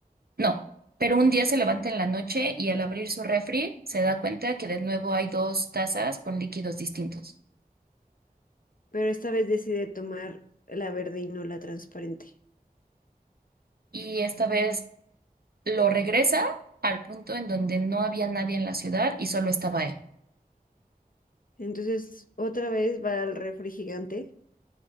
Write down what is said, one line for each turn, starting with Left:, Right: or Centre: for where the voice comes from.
Right: no, pero un día se levanta en la noche y al abrir su refri se da cuenta que de nuevo hay dos tazas con líquidos distintos.
Left: Pero esta vez decide tomar la verde y no la transparente.
Right: Y esta vez lo regresa al punto en donde no había nadie en la ciudad y solo estaba él.
Left: Entonces, otra vez va al refri gigante,